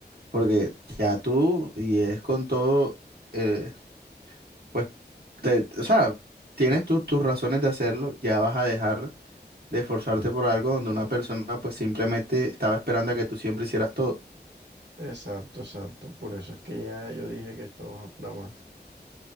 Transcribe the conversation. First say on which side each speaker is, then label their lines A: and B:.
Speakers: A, on the right; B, on the right.
A: porque ya tú, y es con todo, eh, pues, te- o sea, tienes tus tus razones de hacerlo, ya vas a dejar de esforzarte por algo donde una persona pues simplemente estaba esperando a que tú siempre hicieras todo.
B: Exacto, exacto. Por eso es que ya yo dije que esto no es apura más.